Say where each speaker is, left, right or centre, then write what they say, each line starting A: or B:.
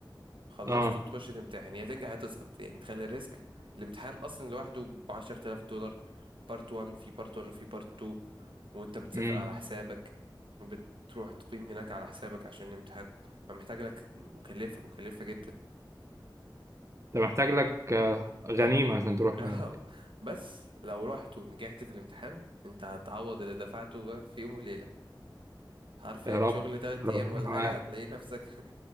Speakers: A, on the right (about 80°); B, on the right (about 35°).
A: خلصته
B: اه
A: بتخش تمتحن يا تنجح يا تسقط يعني تخلي الريسك الامتحان اصلا لوحده ب 10000 دولار بارت 1 في بارت 1 وفي بارت 2 وانت بتسافر
B: امم
A: على حسابك وبتروح تقيم هناك على حسابك عشان الامتحان فمحتاج لك مكلفة مكلفة جدا
B: انت محتاج لك آه، غنيمه عشان تروح
A: <laughs> اه
B: هناك
A: بس لو رحت ونجحت في الامتحان انت هتعوض اللي دفعته في يوم وليلة حرفيا
B: يا رب
A: شغل تلات
B: ربنا
A: ايام ولا
B: معاك
A: حاجة هتلاقي نفسك